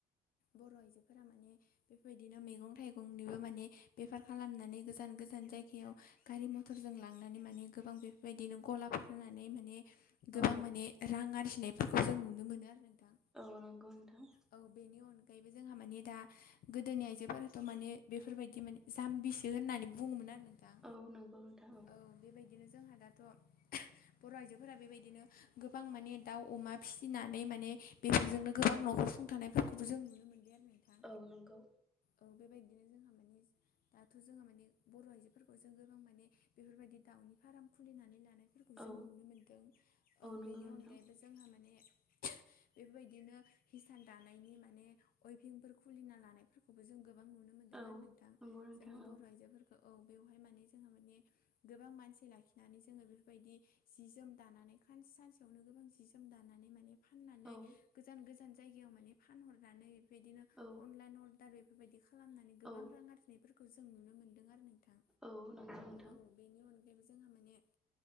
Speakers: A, on the left; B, in the centre.
A: बर' आइजोफोरा माने बेफोरबायदिनो मैगं थाइगंनिबो माने बेफार खालामनानै गोजान गोजा गोजान जायगायाव गारि मथरजों लांनानै माने गोबां बेफोरबायदिनो गलाफोर होनानै माने- गोबां
B: औ
A: माने रां आरजिनायफोरखौ जों नुनो मोनो आरो नोंथां
B: औ नंगौ नोंथां।
A: औ बेनि अनगायैबो जोंहा माने दा गोदोनि आइजोफोराथ' माने बेफोरबायदि माने जाम्बिसो होननानै बुङोमोन आरो नोंथां
B: औ नंगौ नोंथां
A: औ बेबायदिनो जोंहा दाथ' बर' आइजोफोरा बेबायदिनो गोबां माने दाउ अमा फिसिनानै माने बेफोरजोंनो गोबां न'खर सुंथानायफोरखौबो जों नुनो मोनदों आरो नोंथां।
B: औ नंगौ
A: औ बेबायदिनो जोंहा माने दाथ' जोंहा माने बर' आइजोफोरखौ जों गोबां माने बेफोरबायदि दाउनि फार्म खुलिनानै लानाय फोरखौ जों
B: औ
A: नुनो मोनदों औ
B: नंगौ
A: बेनि
B: नोंथां
A: अनगायैबो जोंहा माने बेबायदिनो हिसान दानायनि माने अइभिंफोर खुलिना लानायफोरखौबो जों गोबां नुनो मोन्दों
B: औ
A: आरो नोंथां
B: नंगौ नोंथां
A: जोंनि बर' आइजोफोर औ बेवहाय माने जोंहा माने गोबां मानसि लाखिनानै जोंङो बेफोरबायदि जि जोम दानानै सानसेयावनो गोबां जि जोम दानानै माने फाननानै
B: औ
A: गोजान गोजान जायगायाव माने फानहरनानै बेबायदिनो
B: औ
A: अनलाइन अर दार बेफोरबायदि खालामनानै गोबां
B: औ
A: रां आरजिनायफोरखौ जों नुनो मोनदों आरो। नोंथां
B: औ नंगौ नोंथां
A: औ बेनि अन बेबो जोंहा माने